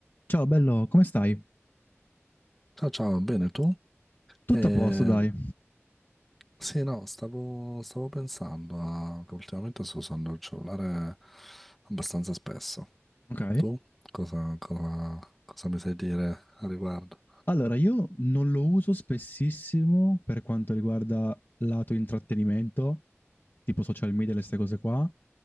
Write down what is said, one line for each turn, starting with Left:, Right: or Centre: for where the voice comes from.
Left: Ciao bello, come stai?
Centre: Ciao, ciao, bene tu?
Left: Tutto
Centre: Eh,
Left: a posto, dai.
Centre: sì, no, stavo, stavo pensando a- che ultimamente sto usando il cellulare abbastanza spesso.
Left: Ok,
Centre: Tu cosa, cosa- cosa mi sai dire a riguardo?
Left: Allora, io non lo uso spessissimo per quanto riguarda lato intrattenimento, tipo social media e queste cose qua,